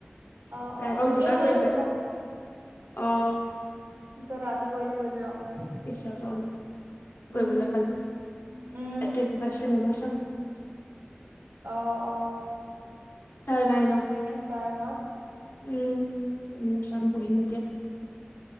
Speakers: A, on the right; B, on the left.
A: অ',
B: তাই
A: অ',
B: অকল
A: এতিয়া
B: দুটা
A: নালাগে
B: কৰিছে?
A: কৰিব
B: অঁ <unintelligible>
A: পিছত ৰাতি কৰিলে কৰিবি আৰু। <inaudible>
B: পিছত অ,
A: উম,
B: কৰিবলৈ পালে,
A: উম।
B: এতিয়া কিবা চিনেমা চাম। <inaudible>
A: অ-অ <inaudible>
B: তাৰ নাই ন?
A: ছাৰহঁত
B: উম চিনেমা চাম, বহিম এতিয়া। <unintelligible>